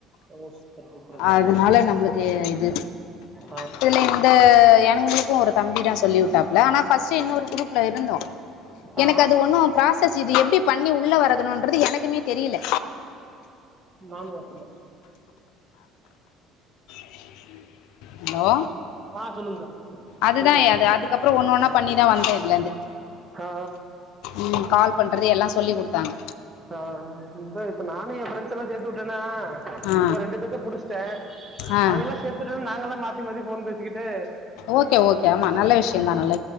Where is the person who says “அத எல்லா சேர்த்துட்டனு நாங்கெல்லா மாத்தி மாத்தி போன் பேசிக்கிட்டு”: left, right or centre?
Right